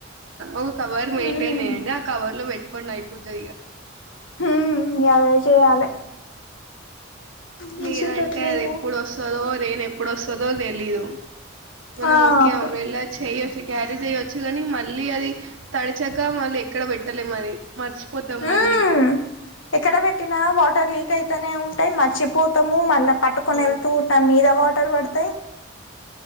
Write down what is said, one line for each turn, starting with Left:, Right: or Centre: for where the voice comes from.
Right: ఒక కవర్ మెయింటైన్
Left: ఉమ్
Right: చేయ్యండి కవర్ లో పెట్టుకోండి అయిపోతది ఇక
Left: హుమ్ ఇగ అదే చేయాలే
Right: హ్మ్
Left: చేసేటట్లేదు
Right: లేదంటే అది ఎప్పుడు వస్తుదో రేన్ ఎప్పుడు వస్తుదో తెలీదు మనం
Left: ఆ
Right: ఓకే
Left: అప్పు
Right: అంబ్రెల్లా చెయొచ్చు క్యారీ చేయొచ్చు కానీ మళ్ళీ అది తడిచాక మళ్ళీ ఎక్కడ పెట్టలే అది మర్చిపోతాం మళ్ళీ
Left: ఉమ్ ఎక్కడ పెట్టినా వాటర్ లీక్ అయితనే ఉంటాయి మర్చిపోతాము మళ్ళీ పట్టుకొని
Right: హ్మ్.
Left: వెళ్తూ నా మీద వాటర్ పడతాయి